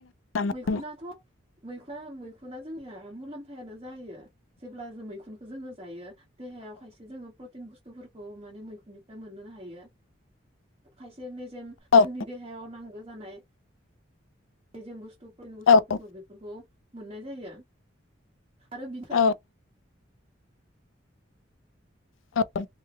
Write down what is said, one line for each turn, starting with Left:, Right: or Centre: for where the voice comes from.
Left: नामा?
Right: मैखुनाथ मैखुन मैखुना जोंनिया मुलाम्फायानो जायो जेब्ला जों मैखुनखो जोङो जायो देहायाव खायसे जोङो प्रटिन बुस्थुफोरखौ माने मैखुननि मोनोनो हायो खायसे मेजेम
Left: औ
Right: जोंनि देहायाव नांगौ जानाय मेजेम बुसतु प्रतिन बुसतुफोरखौ
Left: औ
Right: बेफोरखौ मोननाय जायो आरो
Left: अ औ